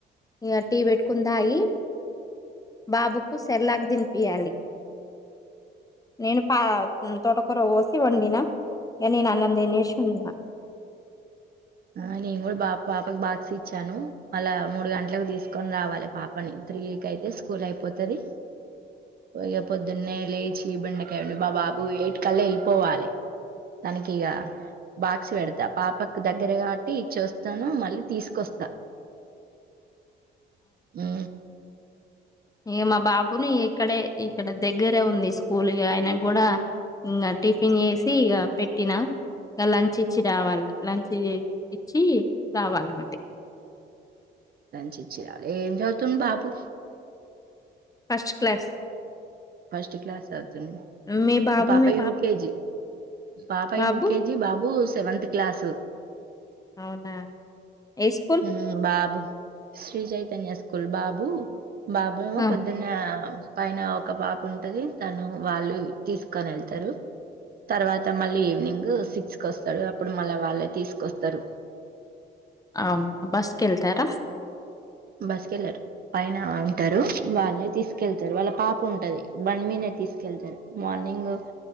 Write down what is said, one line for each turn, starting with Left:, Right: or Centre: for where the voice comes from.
Left: ఇక టీ పెట్టుకుని తాగి బాబుకు సర్లాక్ తినిపియాలి నేను పా తోటకూర పోసి వండినా ఇ నేను అన్నంనేసి ఉందిిన
Right: ఆ నేను కూడా బాబు పాపకు బాక్స్ ఇచ్చాను అలా మూడు గంటలకు తీసు తీసుకొని రావాలి పాపని త్రీ క అయితే స్కూల్ అయిపోతుది పోయ పొద్దున్నే లేచి బిండకాయ ఉండి బ బాబు ఎయిట్ కల్లా వెళ్ళిపోవాలి తనకిక బాక్స్ పెడతా పాపకు దగ్గర కాట్టి ఇచ్చ వస్తాను మళ్ళీ తీసుకొస్తా అ
Left: ఇక మా బాబుని ఇక్కడే ఇక్కడ దగ్గరే ఉంది స్కూల్ ఆయన కూడా ఇంకా టిఫిన్ చేసి ఇక పెట్టినా ఇక లంచ్ ఇచ్చి రావాలి లంచ్ ఇచ్చి రావాలి మళ్ళీ
Right: లంచ్ ఇచ్చి రావాలి ఏం చదువుతుంది బాబు
Left: ఫస్ట్ క్లాస్
Right: ఫస్ట్ క్లాస్ అవుతుంది
Left: మీ బాబు
Right: పాప
Left: మీ
Right: యూకేజీ పాప
Left: బాబు
Right: యూకేజీ బాబు సెవెంత్ క్లాస్
Left: అవునా ఏ స్కూల్
Right: హ్మ్ బాబు శ్రీ చైతన్య స్కూల్ బాబూ బాబూయేమో
Left: ఆ
Right: పొద్దున్న పైనాప్ ఒక పాప ఉంటది తను వాళ్ళు తీసుకొని వెళ్తారు తర్వాత మళ్ళీ ఈవినింగ్ సిక్స్ కొస్తాడు అప్పుడు మళ్ళా వాళ్ళే తీసుకొస్తారు
Left: అవునా బస్కి వెళ్తారా
Right: బస్కెళ్లరు పైన ఉంటారు వాళ్ళే తీసుకెళ్తారు వాళ్ళ పాప్ ఉంటది బన్ మీద తీసుకెళ్తారు మార్నింగ్